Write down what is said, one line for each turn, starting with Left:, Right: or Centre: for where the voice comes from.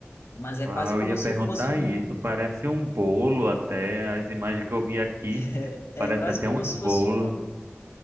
Left: Mas é
Right: Ah,
Left: quase
Right: eu
Left: como
Right: ia
Left: se
Right: perguntar
Left: fosse um.
Right: isso. Parece um bolo até. As imagens que eu vi aqui,
Left: É,
Right: parece
Left: é quase
Right: até
Left: como
Right: uns
Left: se
Right: bolos.
Left: fosse um.